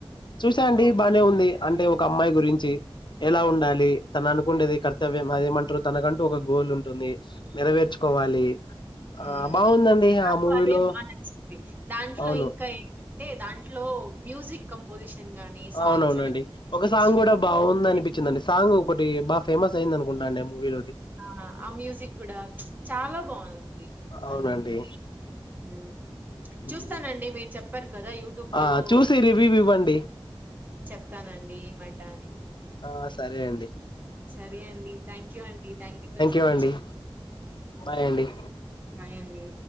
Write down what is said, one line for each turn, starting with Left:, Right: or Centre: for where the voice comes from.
Left: చూసా అండి
Right: ఓకే.
Left: బాగానే ఉంది అంటే ఒ ఒక అమ్మాయి గురించి ఎలా ఉండాలి తన అనుకుంటేది కర్తవ్యం అదేమంటారు తనకంటూ ఒక గోల్ ఉంటుంది నెరవేర్చుకోవాలి ఆ
Right: ఉమ్
Left: బాగుందండి
Right: నాకు
Left: ఆ మూవీలో
Right: అదే బాగా నచ్చింది దాంట్లో
Left: అవును
Right: ఇంకా ఏమంటే దాంట్లో ట్లో మ్యూజిక్ కంపోజిషన్ గాని, సాంగ్
Left: అవునవునండి
Right: సెలెక్షన్
Left: ఒక సాంగ్
Right: సూపరుంది.
Left: కూడా బాగుందనిపించిందండి సాంగ్ ఒకటీ బా ఫేమస్ అయింది అనుకుంటండి మూవీలోది
Right: ఆ ఆ మ్యూజిక్ గూడా చాలా బావుంది
Left: అవునండి
Right: అన్ని మ్మ్
Left: మ్మ్.
Right: చూస్తానండి మీరు చెప్ కదా యూట్యూబ్
Left: ఆ
Right: లో
Left: చూసి రివ్యూ
Right: <unintelligible>
Left: ఇవ్వండి
Right: చెప్తానండి ఏ మాట అని
Left: ఆ సరే అండి
Right: సరే అండి థ్యాంక్ యూ అండి థ్యాంక్ ఫర్ సజెస
Left: యూ అండి బాయ్ అండి
Right: బాయండి